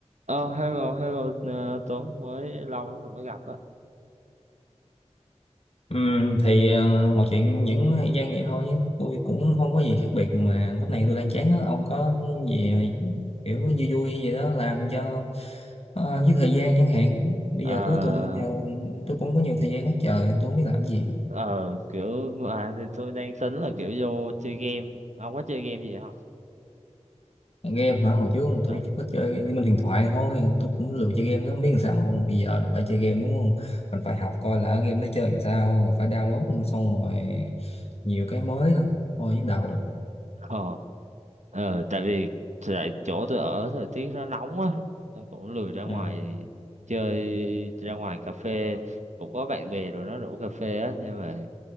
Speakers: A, on the right; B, on the left.
A: Ờ, hello, hello, ờ, Tuấn, mới lâu lắm rồi mới gặp á.
B: Ừm, thì ờ, mọi chuyện vẫn gian vậy thôi nhé tôi cũng không có gì khác biệt mà lúc này tôi đang chán á ông có gì ờ, kiểu vui vui gì đó làm cho ờ, với thời gian chẳng hạn bây
A: Ờ,
B: giờ cuối tuần giờ tôi cũng có nhiều thời gian hết trời tôi không biết làm gì
A: ờ, kiểu, mà thì tôi đang tính là kiểu vô chơi game, ông có chơi game gì không?
B: game hả hồi trước
A: Ờ,
B: tôi chỉ có chơi Liên Minh Huyền Thoại thôi tôi cũng lười chơi game nó biết làm sao không? bây giờ phải chơi game đúng không mình phải học coi là ở game nó chơi làm sao phải download xong rồi nhiều cái mới nữa thôi nhức đầu rồi
A: ờ, ờ, tại vì tại chỗ tôi ở thời tiết nó nóng á, tôi cũng lười ra ngoài
B: À.
A: chơi, ra ngoài cà phê, cũng có bạn bè rồi nó rủ cà phê á, nhưng mà,